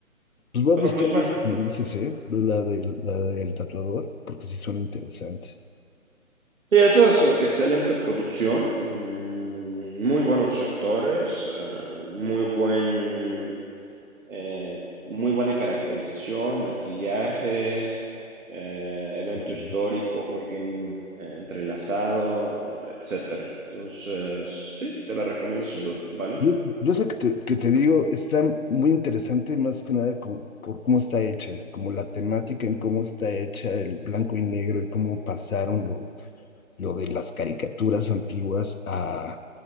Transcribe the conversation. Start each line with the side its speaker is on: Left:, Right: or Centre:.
Left: Pues voy
Right: Pero
Left: a buscar
Right: pues bueno,
Left: esa que me dices, ¿eh? La del, la del tatuador, porque sí suena interesante.
Right: Sí, esa es excelente producción, mm, muy buenos actores, eh, muy buen, eh, muy buena caracterización, maquillaje, eh, evento
Left: Está chido.
Right: histórico muy bien eh, entrelazado, etcétera. Entonces, sí, te la recomiendo sin duda, ¿vale?
Left: Yo, yo sé que te, que te digo, está muy interesante más que nada con- por cómo está hecha, como la temática en cómo está hecha el blanco y negro y cómo pasaron lo, lo de las caricaturas antiguas a